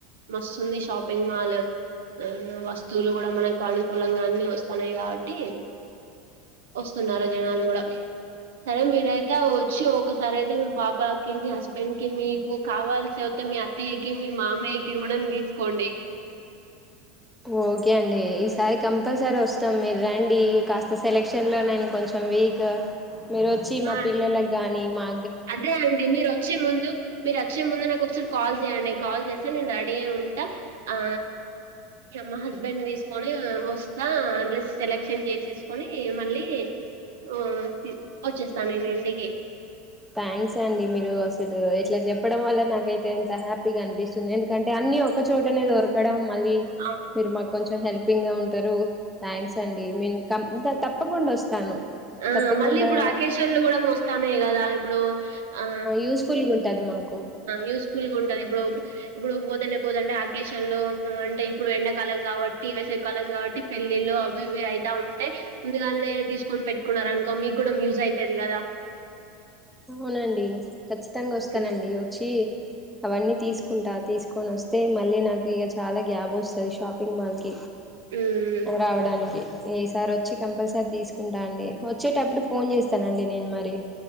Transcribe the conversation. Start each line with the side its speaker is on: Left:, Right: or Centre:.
Right: మస్తుంది షాపింగ్ మాల్ ఆ వస్తువులు కూడా మనకు అనుకూలంగానే వస్తున్నాయి కాబట్టి వస్తున్నారు జనాలు కూడా సరే మీరైతే వచ్చి ఒకసారి అయితే పాపకి మీ హస్బెండ్ కి మీకు కావాల్సి అతే మీ అత్తయ్యకి మీ మామయ్యకి కూడా తీసుకోం లే
Centre: ఓకే అండి ఈసారి కంపల్సరీ వస్తాం మీరు రండి కాస్త సెలెక్షన్లో నేను కొంచెం వక్ మీరు వచ్చి మా
Right: ఆ
Centre: పిల్లలగాని మా
Right: అదే అండి మీరు వచ్చే ముందు మీరు వచ్చే ముందు నాకు ఒకసారి కాల్ చేయ్యడి కాల్ చేస్తా నేను రెడీ అయి ఉంటా ఆ మా హస్బెండ్ని తీసుకొని వ ఆ డ్రెస్ సెలెక్షన్ చేసేసుకొని మళ్ళీ ఆ వచ్చేస్తా నేను ఇంటికి
Centre: థ్యాంక్స్ అండి మీరు అసలు ఇట్లా చెప్పడం వల్ల నాకైతే ఎంత హ్యాపీగా అనిపిస్తుంది ఎందుకంటే అన్ని అన్నీ ఒక చోటనే దొరకడం మళ్ళీ
Right: ఆ,
Centre: మీరు మాకు కొంచెం హెల్పింగ్గా ఉంటారు థ్యాంక్స్ అండి మీన్ కం తప్పకుండా వస్తాను
Right: ఆ
Centre: తప్పకుండా
Right: మళ్ళీ ఇప్పుడు ఆకష్న్లు కూడా వస్తాన్నాయి కదా ఇప్పుడు ఆ
Centre: యూస్ఫుల్గా ఉంటది మాకు
Right: యూస్ఫుల్గా ఉం ఇప్పుడు ఇప్పుడు పోతేనే పోంటే ఆకేషన్లో అంటే ఇప్పుడు ఎండాకాలం కాబట్టి వేసవి కాలం కాబట్టి పెళ్లిళ్ళలు అవి ఇవి అయిత ఉంటై ముందుగానే తీసుకొని పెట్ కున్న అనుకో మీకు కూడా యూజ్ అయితది కదా
Centre: అవునండి ఖచ్చితంగా వస్తానండి
Right: ఉమ్,
Centre: వచ్చి అవన్నీ తీసుకుంటా తీసుకొని వస్తే మళ్ళీ నాకు ఇక చాలా గ్యాబ్ వస్తది షాపింగ్ మాల్స్
Right: ఉమ్,
Centre: రావడానికి ఏసారి వచ్చి కంపల్సరీ తీసుకుంటా అండి వచ్చేటప్పుడు ఫోన్ చేస్తానండి నేను మరి